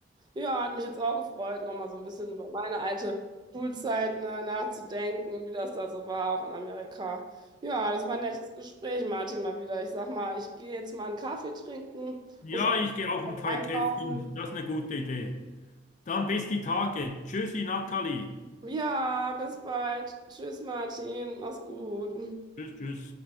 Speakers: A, on the right; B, on the left.
A: Ja, hat mich jetzt auch gefreut, nochmal so ein bisschen über meine alte Schulzeit, ne, nachzudenken und wie das da so war, auch in Amerika. Ja, das war ein nettes Gespräch, Martin, mal wieder. Ich sag mal, ich gehe jetzt mal einen Kaffee trinken,
B: Ja,
A: muss auch
B: ich gehe auch
A: was
B: ein Kai-Käffchen.
A: einkaufen.
B: Das ist eine gute Idee. Dann bis die Tage. Tschüssi, Nathalie.
A: Ja, bis bald. Tschüss, Martin. Mach's gut.
B: Tschüss, tschüss.